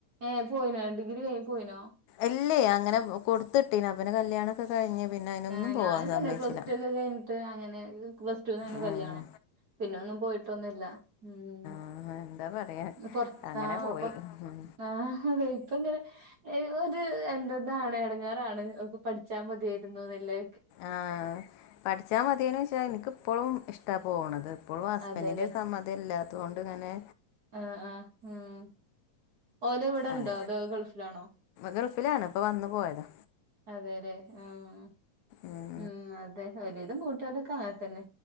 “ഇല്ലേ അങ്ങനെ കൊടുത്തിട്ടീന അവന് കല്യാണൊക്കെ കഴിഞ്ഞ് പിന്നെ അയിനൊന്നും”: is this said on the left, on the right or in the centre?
Left